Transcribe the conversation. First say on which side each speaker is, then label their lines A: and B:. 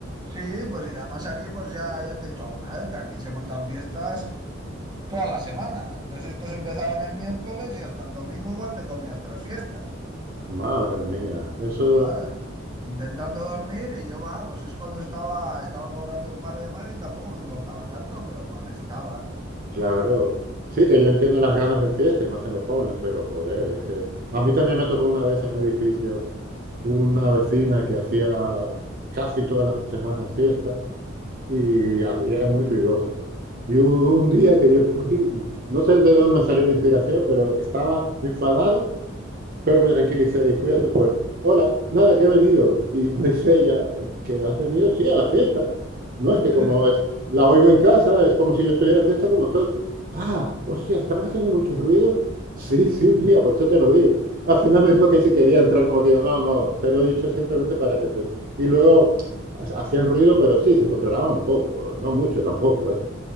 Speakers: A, on the right; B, on the right.
A: Sí, pues y además aquí pues ya, ya te he dicho alguna vez que aquí se montan fiestas toda la semana. Entonces estos empezaban el miércoles y hasta el domingo igual te comías tres fiestas.
B: Madre mía, eso,
A: ¿sabes? Intentando dormir y yo va, pues es cuando estaba, estaba cobrando el paro y demás y tampoco me importaba tanto, pero me molestaban.
B: claro.
A: ¿sabes?
B: Sí, que yo entiendo las ganas de fiesta y más en los jóvenes, pero joder,
A: Sí,
B: es que a mí también me tocó una vez en un edificio una
A: sí,
B: vecina que hacía casi todas las semanas fiesta y, ha- y eran muy ruidosos. Y hubo
A: sí.
B: un día que yo fui, no sé de dónde me salió la inspiración, pero estaba enfadado Pero me tranquilicé y fui a su puerta. Hola, nada, que he venido. Y me dice ella, ¿que has venido? Sí, a la fiesta. No,
A: <laughs>
B: es que como es, la oigo en casa, es como si
A: Claro.
B: yo estuviera a fiesta con vosotros. Ah, hostia, estamos haciendo mucho ruido. Sí, sí, tía, por eso te lo digo. Al final me dijo que si quería entrar, como que yo, no, no, te lo he dicho simplemente para que te... ent-". Y luego ha- hacían ruido, pero sí, se controlaba un poco, no mucho tampoco, ¿eh?